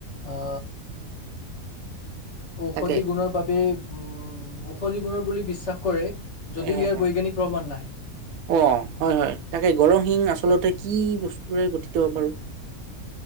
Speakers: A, on the left (about 55°); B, on the right (about 85°).
A: অ, ঔষধি
B: তাকে
A: গুণৰ বাবে উ ঔষধি গুণৰ বুলি বিশ্বাস কৰে। যদিও
B: এই হে
A: ইয়াৰ
B: হে
A: বৈজ্ঞানিক প্ৰমাণ নাই
B: অ' হয় হয় তাকে গড়ৰ শিং আচলতে কি বস্তুৰে গঠিত বাৰু